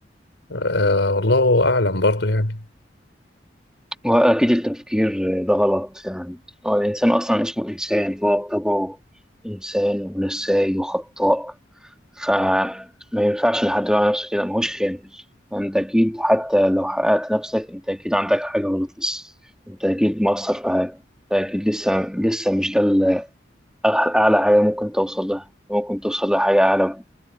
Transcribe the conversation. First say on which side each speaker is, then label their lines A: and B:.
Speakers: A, on the left; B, in the centre.
A: آه والله اعلم برضه يعني
B: وأكيد التفكير ده غلط يعني هو الإنسان أصلا اسمه إنسان هو بطبعه إنسان ونساي وخطاء فما ينفعش لحد يقول على نفسه كده ماهوش كامل فأنت أكيد حتى لو حققت نفسك أنت أكيد عندك حاجة غلط لسه أنت أكيد مقصر في حاجة أنت أكيد لسه لسه مش ده ال- أعلى حاجة ممكن توصل لها ممكن توصل لحاجة أعلى